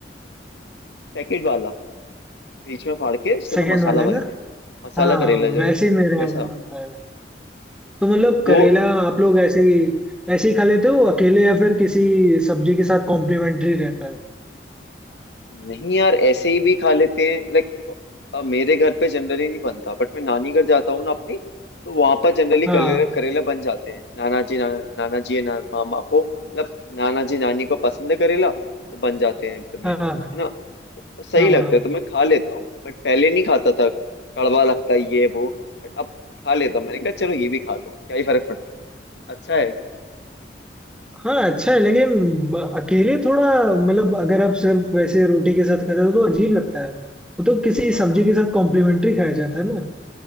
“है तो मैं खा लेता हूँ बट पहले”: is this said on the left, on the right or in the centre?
Left